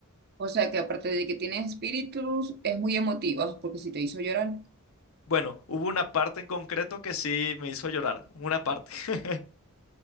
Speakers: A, on the right; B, on the left.
A: O sea que aparte de que tiene espíritus, es muy emotiva, porque si te hizo llorar,
B: Bueno, hubo una parte en concreto que sí me hizo llorar. Una parte. <laughs>